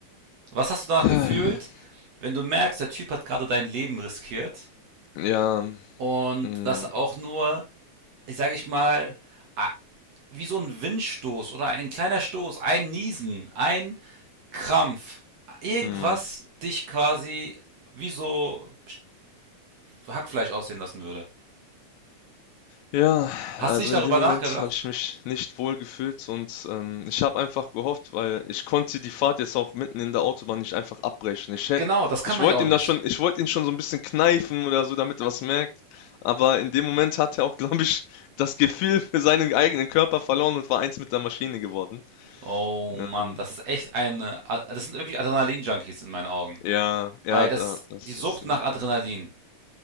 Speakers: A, on the right; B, on the left.
A: Was hast du danach
B: <laughs>
A: gefühlt, wenn du merkst, der Typ hat gerade dein Leben riskiert
B: ja.
A: und
B: Mm,
A: das auch nur, ich sage ich mal, a- wie so ein Windstoß oder ein kleiner Stoß, ein Niesen, ein Krampf, irgendwas
B: mm.
A: dich quasi wie so Hackfleisch aussehen lassen würde.
B: Ja,
A: Hast
B: also
A: du nicht darüber
B: in dem Moment
A: nachgedacht?
B: habe ich mich nicht wohl gefühlt und ähm, ich habe einfach gehofft, weil ich konnte die Fahrt jetzt auch mitten in der Autobahn nicht einfach abbrechen. Ich hätte,
A: Genau, das kann
B: ich
A: man
B: wollte
A: ja auch
B: ihm
A: nicht.
B: da schon, ich wollte ihn schon so ein bisschen kneifen oder so, damit er was merkt. Aber in dem Moment hat er auch, <laughs> glaube ich, das Gefühl für seinen eigenen Körper verloren und war eins mit der Maschine geworden.
A: Oh
B: Ähm,
A: Mann, das ist echt eine, das sind wirklich Adrenalin-Junkies in meinen Augen.
B: ja, ja,
A: Weil das
B: da,
A: ist
B: das,
A: die Sucht
B: das ist die
A: nach
B: Sache.
A: Adrenalin.